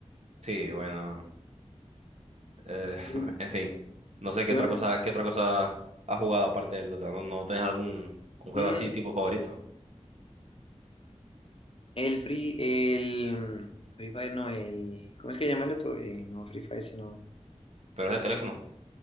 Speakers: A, on the right; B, on the left.
A: Sí, bueno, eh, <laughs>
B: Mm.
A: en fin, no sé qué
B: Yo,
A: otra cosa, qué otra cosa has jugado aparte del Dota. ¿No, no tienes algún un juego
B: mm,
A: así tipo favorito?
B: El Free, el Free Fire, no, el, ¿cómo es que llama el otro? Eh, no Free Fire, sino,
A: Pero es de teléfono.